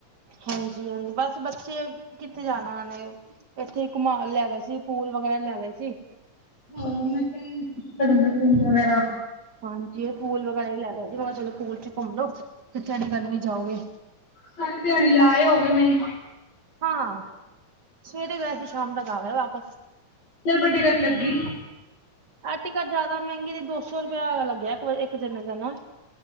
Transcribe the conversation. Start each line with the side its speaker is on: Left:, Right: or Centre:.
Right: ਹਾਂਜੀ ਹਾਂਜੀ ਬਸ ਬੱਚੇ ਕਿੱਥੇ ਜਾਣਾ ਉਹੇ ਉਹ ਇੱਥੇ ਇੱਕਮਾਲ ਲੈ ਗਏ ਸੀ ਫੂਲ ਵਗੈਰਾ ਲੈ ਗਏ ਸੀ
Left: ਹਾਂ ਮੈਂ ਕਿਹਾਨ ਵਗੈਰਾ
Right: ਹਾਂਜੀ ਪੂਲ ਵਗੈਰਾ ਵੀ ਲੈ ਗ ਸੀ ਹ ਚਲੋ ਪੂਲ ਚ ਘੁੰਮ ਲੋੋ ਫਥੇਡੀ ਗਰਮੀ ਜਾਓਗੇ
Left: ਸਾਰੇ ਦਿਹਾੜੀ ਲਾਏ ਹੋਗੇ ਨਹੀਂ
Right: ਹਾਂ ਸਵੇਰੇ ਗਏ ਸੀ ਸ਼ਾਮ ਤੱਕ ਆ ਗਿਆ ਵਾਪਸ
Left: ਚਿਰ ਵੱਡੀ ਗੱਟ ਲੱਗੀ
Right: ਅੱਜ ਕੱਲ੍ਹ ਜ਼ਿਆਦਾ ਮਹਿੰਗੇ ਦੀ ਦੋ ਸੌ ਰੁਪਇਆ ਲੱਗਿਆ ਇੱਕ ਇੱਕ ਜਣੇੇ ਦਾ ਨਾ